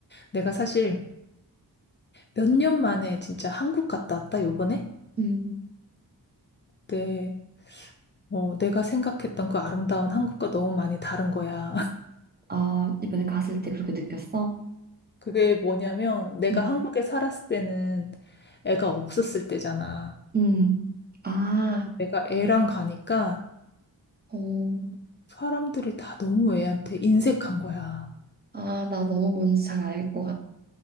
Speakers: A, on the left (about 30°); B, on the right (about 25°).
A: 내가 사실 몇 년 만에 진짜 한국 갔다 왔다, 요번에?
B: 음,
A: 네. 어, 내가 생각했던 그 아름다운 한국과 너무 많이 다른 거야. <laughs>
B: 아, 이번에 갔을 때 그렇게 느꼈어?
A: 그게 뭐냐면, 내가
B: 음,
A: 한국에 살았을 때는 애가 없었을 때잖아.
B: 음, 아,
A: 내가 애랑 가니까
B: 어,
A: 사람들이 다 너무 애한테 인색한 거야.
B: 아, 나 너무 뭔지 잘 알 것 같아.